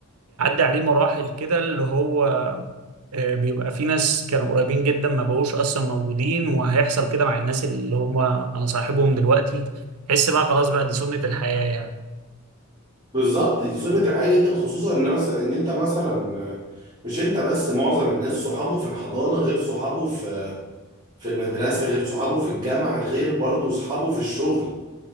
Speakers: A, on the right; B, on the right.
A: عليه مراحل كده اللي هو آه، بيبقى في ناس كانوا قريبين جدا ما بقوش اصلا موجودين وهيحصل كده مع الناس اللي هم انا صاحبهم دلوقتي حس بقى خلاص بقى دي سنة الحياة يعني
B: بالظبط دي سنة الحياة جدا خصوصا الناس ان انت مثلا آه، مش انت بس معظم الناس صحابه في الحضانة غير صحابه في في المدرسة غير صحابه في الجامعة غير برضه صحابه في الشغل